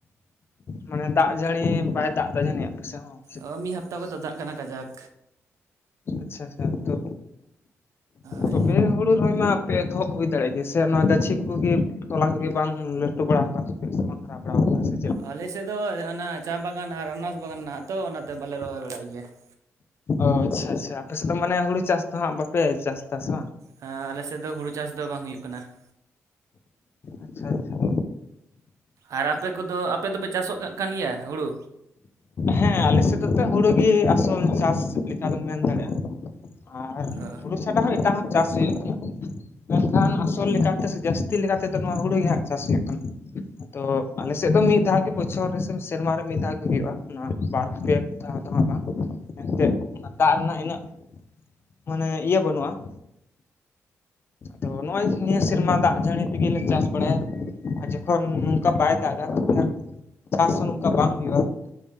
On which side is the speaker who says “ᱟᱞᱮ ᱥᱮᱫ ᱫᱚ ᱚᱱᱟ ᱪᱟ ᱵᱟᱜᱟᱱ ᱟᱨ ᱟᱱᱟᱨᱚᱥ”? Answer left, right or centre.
Right